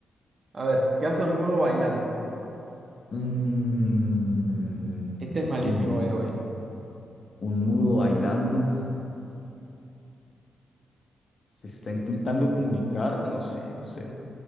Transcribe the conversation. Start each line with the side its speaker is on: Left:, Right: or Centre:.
Right: a ver, ¿qué hace un mudo bailando?
Left: Mm,
Right: Este es malísimo,
Left: un,
Right: by the way.
Left: Un mudo bailando. Se está intentando comunicar. No sé, no sé.